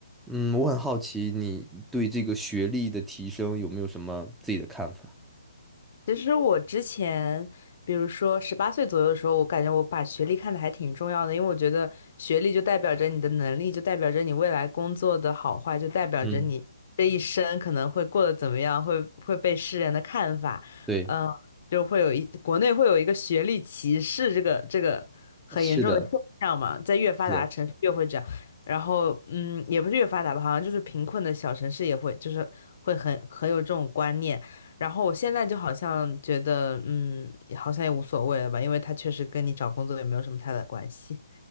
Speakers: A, in the centre; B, on the left (about 50°).
A: 嗯，我很好奇你对这个学历的提升有没有什么自己的看法？
B: 其实我之前，比如说十八岁左右的时候，我感觉我把学历看得还挺重要的，因为我觉得学历就代表着你的能力，就代表着你未来工作的好坏，就代表着你这一生可能会过得怎么样，
A: 嗯，
B: 会会被世人的看法，
A: 对，
B: 嗯，就会有一国内会有一个学历歧视这个这个很严重的现象嘛，
A: 是的，
B: 在越发达城市越会这样，
A: 是的。
B: 然后嗯，也不是越发达吧，好像就是贫困的小城市也会，就是会很很有这种观念。然后我现在就好像觉得，嗯，好像也无所谓了吧，因为他确实跟你找工作也没有什么太大的关系。